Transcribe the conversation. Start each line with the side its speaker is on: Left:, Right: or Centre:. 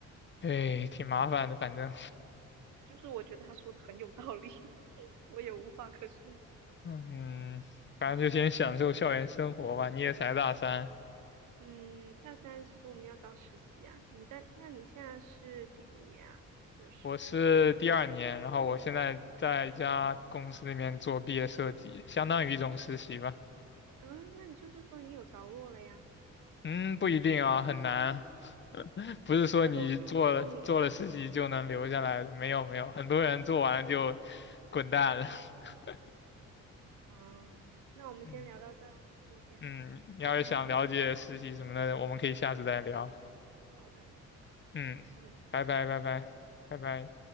Left: 对，挺麻烦的，反正。
Right: 就是我觉得他说的很有道理，<laughs> 我也无话可说。
Left: 嗯，反正就先享受校园生活吧。你也才大三，
Right: 嗯，大三其实我们要找实习呀、你在，那你现在是第几年啊？硕士？
Left: 我是第二年，然后我现在在一家公司里面做毕业设计，相当于一种实习吧。
Right: 嗯，那你就是说你有着落了呀？
Left: 嗯，不一定啊，很难，<laughs> 不是说你做了做了实习就能留下来的，
Right: 他都他都收你了。
Left: 没有没有，很多人做完了就滚蛋了。<laughs>
Right: 嗯，那我们先聊到这儿今天
Left: 嗯嗯，
Right: 先这样了。
Left: 你要是想了解实习什么的，我们可以下次再聊。
Right: 好的，好的，好的。
Left: 嗯，
Right: 嗯，
Left: 拜拜拜拜拜拜。
Right: 拜拜。